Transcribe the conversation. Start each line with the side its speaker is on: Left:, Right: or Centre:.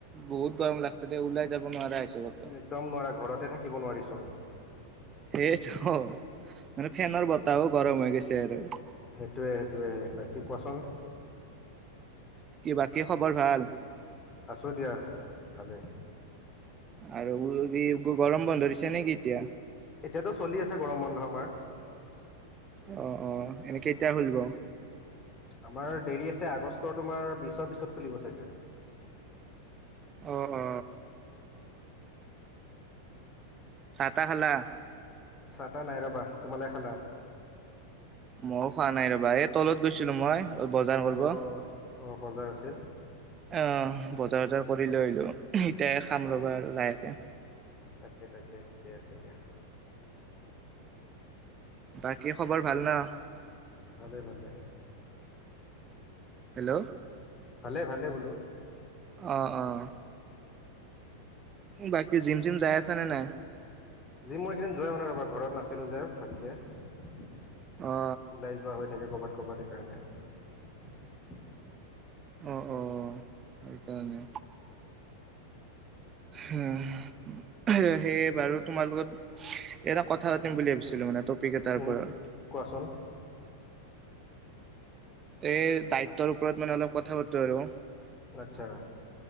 Right: বহুত গৰম লাগছে দে ওলাই যাব নোৱাৰা হৈছে কতো
Left: একদম নোৱাৰা ঘৰতে থাকিব নোৱাৰিচো আমি
Right: সেয়েটো মানে ফেনৰ
Left: উম
Right: বতাহও গৰম হৈ গৈছে আৰু
Left: সেইটোৱে সেইটোৱে বাকি কোৱাচোন
Right: কি বাকী খবৰ ভাল?
Left: আছোঁ দিয়া ভালে।
Right: আৰু গৰম বন্ধ দিছে নেকি এতিয়া।
Left: এতিয়া তো চলি আছে গৰম বন্ধ আমাৰ
Right: অ অ এনেকে কেতিয়া খুলব।
Left: সেইটোৱে আমাৰ দেৰি আছে আগষ্টৰ তোমাৰ বিছৰ পিছত খুলিব চাগে-
Right: অ অ, ছাহ তাহ খালা।
Left: চাহ টা নাই ৰ'বা তোমালোকে খালা।
Right: মইও খোৱা নাই ৰবা এই তলত গৈছিলো মই বজাৰ কৰিব।
Left: অঁ অঁ, বজাৰ আছিল।
Right: আহ বজাৰ বজাৰ কৰি লৈ আহিলো। এতিয়া খাম
Left: অঁ
Right: ৰবা আৰু লাহেকে।
Left: তাকে তাকে ঠিকে আছে দিয়া।
Right: বাকী খবৰ ভাল ন?
Left: ভালে ভালে
Right: হেল্ল'।
Left: ভালে ভালে বোলো।
Right: অ, অ। বাকী জিম চিম যাই আছা নে নাই?
Left: জিম মই এইকেইদিন যোৱাই হোৱা নাই ৰ'বা ঘৰত নাছিলোঁ যে ভালকে। ওলাই
Right: অ
Left: যোৱা হৈ থাকে ক'ৰবাত ক'ৰবাতেই সেইৰণে।
Right: অঁ, অ সেইকাৰণে। হম। সেয়ে বাৰু তোমাৰ লগত এটা কথা পাতিম বুলি ভাবিছিলো মানে ত তপিক এটাৰ
Left: উম,
Right: ওপৰত।
Left: কোৱাচোন
Right: এই দায়িত্বৰ ওপৰত মানে অলপ কথা পাতো আৰু।
Left: আচ্ছা।